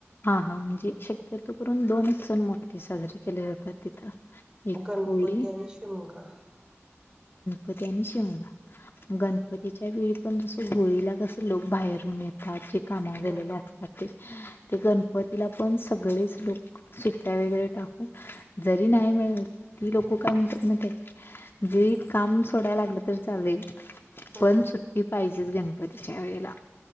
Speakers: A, on the left; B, on the right.
A: हा हा म्हणजे शक्यतो करून दोनच सण मोठे साजरे केले जातात तिथं. एक
B: गणपती
A: होळी
B: आणि शिमगा.
A: प त्यांनी शिवला. गणपतीच्या
B: हा हा
A: वेळी पण जस होळीला कस लोक बाहेरून येतात कामावर गेलेले
B: हा
A: असतात ते ते
B: हा
A: गणपतीला पण सगळेच लोक सुट्ट्या वैगरे टाकू. जरी नाही मिळ ती लोक काय म्हणतात माहितेय काय जे काम सोडायला लागलं तरी चालेल
B: हा
A: पण
B: हा
A: सुट्टी पाहिजे. तेच गणपतीच्या वेळेला